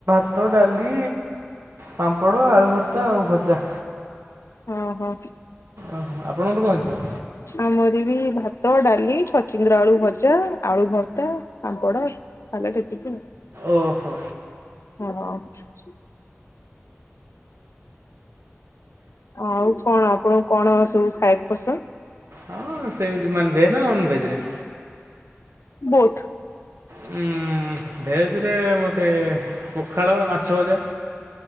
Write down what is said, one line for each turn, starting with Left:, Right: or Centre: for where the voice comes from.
Right: ଭାତ, ଡାଲି, ପାମ୍ପଡ଼, ଆଳୁ ଭର୍ତା ଆଉ ଭଜା।
Left: ଓ ହୋ।
Right: ଓହୋ ଆପଣଙ୍କ ର କଣ ହେଇଥିଲା?
Left: ଆମର ବି ଭାତ, ଡାଲି, ଛଚିନ୍ଦ୍ରା, ଆଳୁ ଭଜା, ଆଳୁ ଭର୍ତା, ପାମ୍ପଡ। ସାଲାଡ଼ ହେତିକି
Right: ଓହୋ
Left: ଆଉ ଓହୋ। ଆଉ କଣ ଆପଣଙ୍କୁ କଣ ସବୁ ଖାଇବାକୁ ପସନ୍ଦ?
Right: ହଁ ସେମିତି ମାନେ ଭେଜ ନା ନନଭେଜ ରେ?
Left: ବହୁତ।
Right: ଉଁ। ଉଁ ଭେଜରେ ମୋତେ ପଖାଳ ମାଛ ଭଜା।